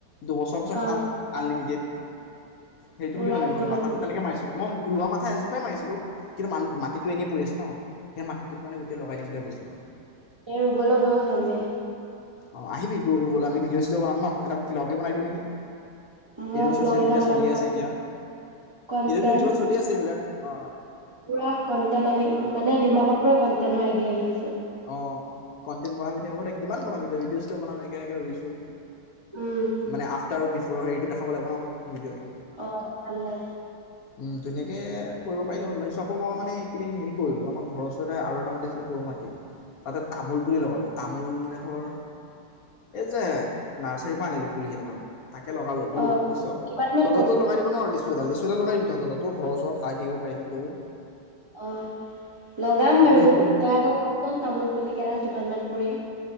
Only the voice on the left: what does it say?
দুবছৰৰ পিছত
খাম আনলিমিটেড। সেইটো
বুলি ভাবিলো
মই মাথাতটো তেনেকে মাৰিছিলো মই। ৰোৱা মাথা এজোপ মাৰিছিলো কিন্তু মানুহ। মাটিটো এনেই পৰি আছে ন সেই মাটিতোত মানে গোটেই লগাই দিম বুলি ভাবিছোঁ।
অ আহিবি তোৰ বলৈ আমি ভিডিঅ' চিডিঅ বনাম ন এটা বলগে বনাই দিওঁ নেকি?
এনেও ছ'চিয়েল
মিডিয়া
চলিয়ে আছে এতিয়া
এতিয়াতো ইউটিউবত চলি আছে এইবিলাক অ
অ কণ্টেইন বনাবি এতিয়া ক'ত আহিবি। কিমান বনাম তই ভিডিঅ চিজিঅটো বনাম এনেকে এনেকে ৰুইছোঁ।
মানে আফটাৰ আৰু বিফ'ৰৰ হেৰিটো। চাব লাগিব ন ভিডিঅ'টো।
উম ধুনীয়াকে। কৰিব পাৰিলো হলে আকৌ মই মানে এইকেইদিন হেৰি কৰিলো আমাৰ ঘৰৰ ওচৰতে আৰু এটা মাটি আছিলো সৰু মাটি, তাতে তামোল পুলি লগালো তামোল মানে ধৰ এই যে নাৰ্চাৰীৰ পৰা আনিলো পুলি কেইটামান। তাকে লগালো বোলো
বুজিছ
তলতো
লগাই দিব নোৱাৰ লীচু লিচু এটা লগাই। তো ঘৰৰ ওচৰত খাই থাকিব পাৰিবি তো।
আনিলোঁ